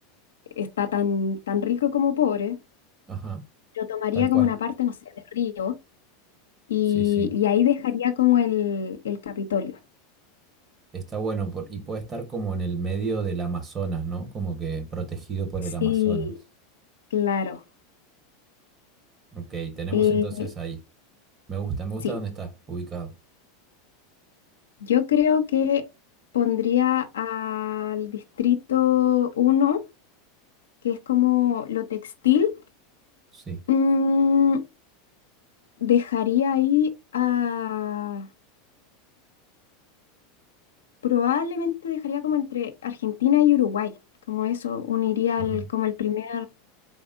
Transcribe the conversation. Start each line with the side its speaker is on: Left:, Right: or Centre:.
Left: está tan, tan rico como pobre.
Right: ajá,
Left: Lo tomaría
Right: tal
Left: como
Right: cual.
Left: una parte, no sé, de río. Y,
Right: Sí, sí.
Left: y ahí dejaría como el, el Capitolio.
Right: Está bueno por- y puede estar como en el medio del Amazonas, ¿no? Como que protegido por
Left: Sí,
Right: el Amazonas.
Left: claro.
Right: Ok, tenemos
Left: Eh,
Right: entonces ahí. Me gusta, me gusta
Left: sí,
Right: dónde está ubicado.
Left: yo creo que pondría al distrito uno, que es como lo textil.
Right: Sí,
Left: Mm, dejaría ahí a... Probablemente dejaría como entre Argentina y Uruguay. Como eso, uniría
Right: ajá,
Left: al- como el primer